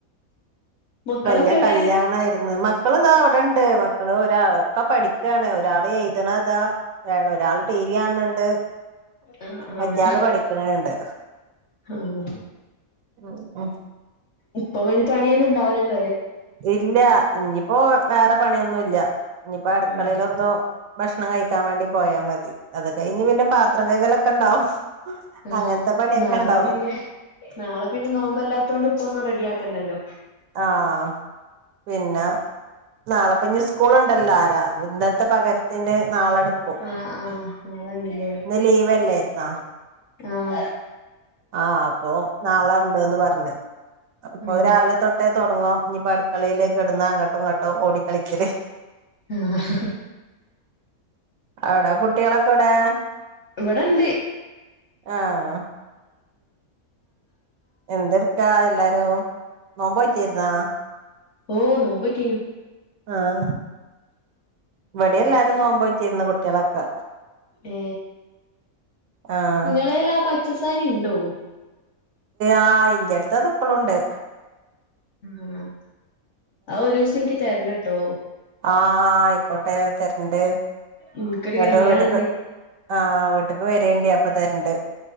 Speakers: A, on the left (about 60°); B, on the right (about 75°).
A: മക്കളൊക്കെ
B: വലിയ
A: എവിടെ
B: കല്യാണായിരുന്നു മക്കൾ ഇതാ അവിടെണ്ട് മക്കള് ഒരാൾക്കെ പഠിക്ക ാണ് ഒരാൾ എഴുതണതാ ഒരാൾ ട ണണ്ട്
A: ആഹ് ആഹ്
B: മറ്റാള് പഠിക്കണുണ്ട്
A: ആഹ്
B: ഉ ഉ
A: ഇപ്പൊ ഇനി പിയൊന്നുംണ്ടാവില്ലല്ലോ
B: ഇല്ല ഇനിയിപ്പോൊ വേറെ പണിയൊന്നും ഇല്ല ഇനിയിപ്പോ അടുക്കളയില
A: ആഹ്
B: എന്തോ ഭക്ഷണം കഴിക്കാൻ വേണ്ടി പോയാ മതി അത് കഴിഞ്ഞ് പിന്നെ പാത്രം കകലൊക്കെ ഉണ്ടാവും
A: ആഹാ
B: അങ്ങനത്തെ പണിയൊക്കെ
A: നാളെ
B: ഉണ്ടാവും
A: പിന്നെ നാളെ പിന്നെ നോമ്പല്ലാത്ത കൊണ്ട് ഇപ്പ ഒന്നും റെഡി ആാക്കണ്ടല്ലോ
B: ആഹ പിന്നെ നാളെപ്പഞ്ഞ സ്കൂൾ ഉ ല്ല ആാര ഇന്നത്തെ പകരത്തിന്റെ നാളെടുക്കും
A: ആഹ് ആഹ് നാളെണ്ട്ല്ലേ
B: ഇന്ന് ലീവ്ല്ലായിുന്നാ
A: ആഹ
B: ആഹ അപ്പൊ നാളെ ഉണ്ടന്ന് പറഞ്ഞേ അപ്പൊ
A: ആഹ്
B: രാവിലെ തൊട്ടേ തുടങ്ങും ഇനിയിപ്പോൊ അടുക്കളയിയില് കിടുന്ന അങ്ങോട്ടും ഇങ്ങോട്ടും ഓടിക്കളിക്കല്
A: ഉം ഹ്ഹ്
B: അവിടാ കുട്ടികളൊക്കെ എവിടെ
A: ഇവിടണ്ട്
B: ആഹ് എന്തർക്കാ എല്ലാരും നോമ്പറ്റിരുന്നാ
A: ഓ നോമ്പോറ്റീനു
B: ആഹ ഇവിടെ എല്ലാരും നോമ്പോറ്റിരുന്നു കുട്ടികളൊക്കെ
A: ഏ
B: ആഹ്
A: നിങ്ങളെൽ ആ പച്ചസാരി ഉണ്ടോ
B: ആ ഇൻ്റെ ടുത്ത് അത് ഇപ്പളുണ്ട്
A: ആ ആ ഒരു ദിവസം എനിക്ക് തരണംട്ടോ
B: ആഹ ആ് ആയിക്കോട്ടെ തരണ്ട്
A: ഇൻക്കൊരു കല്യാണണ്ട്
B: എന്നിട്ട് വീട്ട ആട്ട ഇക്ക് വരേണ്ടി അപ്പ തരണ്ട്